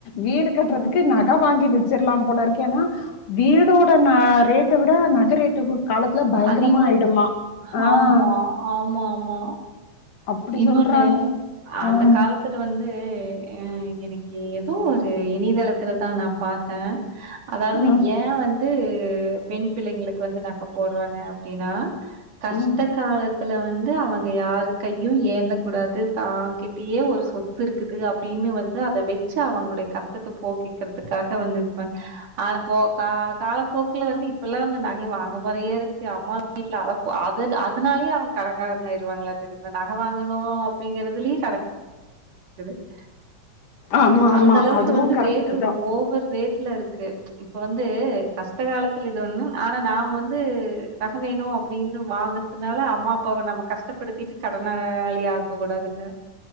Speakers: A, on the left; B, on the right.
A: வீடு கட்டுறதுக்கு
B: ம்
A: நா க வாங்கி வச்சிறலா போலருக்கேனா வீடோட நா ரேட்ட விட நக ரேட்டு போ காலத் நல்லா பயங்கரமா
B: அதிகமா
A: ஆயிடுமா ஆஹ்
B: ஆமா ஆமா ஆமா
A: அப்படி
B: இன்னொன்னு
A: சொல்றாங்க ஆஹ்
B: அந்த கால த்துல வந்து அ என்னைக்கி எதோ ஒரு இணையதளத்துல தா நா பாத்தே அதாவது
A: ஆஹ்
B: ஏ வந்து பெண் பிள்ளைங்களுக்கு வந்து நக போட்றாங்க அப்டின்னா கஷ்ட
A: உம்
B: காலத் இதுல வந்து அவுங்க யார் கையு ஏந்தக்க கூடாது தாங்கிட்டயே ஒரு சொத் து இருக்குது அப்டின்னு வந்து அத வச்சு அவுங்களுடைய கஷ்டத்த போகிக்கிறதுக்காக வந்துருப்பாங்க அட போக்கா காலப்போக்குல வந்து இப்பல்லா வந்து நகைய வாங்க முறையா இருக்கு அம்மா வீட்ல அ அத அதனாலயே அவுங்க கடங்காரங்களாயிட்டிருக்குது இந்த நக வாங்கணு அப்டிங்கிறதுலயே <unintelligible>
A: ஆமா ஆமா
B: அந்தளவுக்கு
A: அதுவும்
B: வந்து
A: கரெக்ட்
B: ரேட்டு
A: தான்
B: ஓவர் ரேட் த்துல இருக்கு இப்ப வந்து கஷ்ட காலத்துல இது ஒன்னு ஆனா நாம வந்து வந்து நக வேணு அப்டின்னு வாங்கறதுனால அம்மா அப்பாவ நம்ம கஷ்டப்படுத்திட் கடனாளி ஆக்க கூடாதில்ல